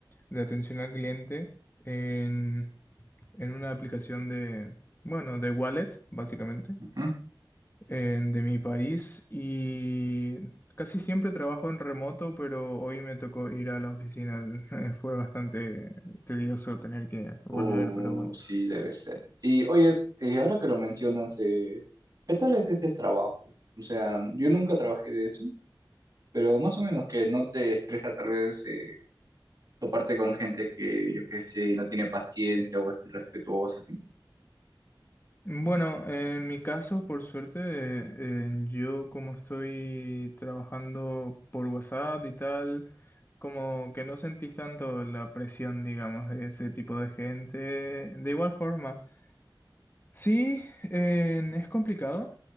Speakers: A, on the left (about 25°); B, on the right (about 45°).
A: de atención al cliente en, en una aplicación de, bueno, de wallet, básicamente.
B: Ujú.
A: eh, de mi país y casi siempre trabajo en remoto, pero hoy me tocó ir a la oficina. <laughs> Fue bastante tedioso tener que volver,
B: O
A: pero bueno.
B: sí, debe ser. Y oye, eh, ahora que lo mencionas, eh, ¿qué tal es ese trabajo? O sea, yo nunca trabajé de eso, pero más o menos que no te estresa tal vez eh, toparte con gente que, yo qué sé, no tiene paciencia o es irrespetuosa, así.
A: Bueno, en mi caso, por suerte, eh, yo como estoy trabajando por WhatsApp y tal, como que no sentís tanto la presión, digamos, de ese tipo de gente. De igual forma. Sí, en- es complicado,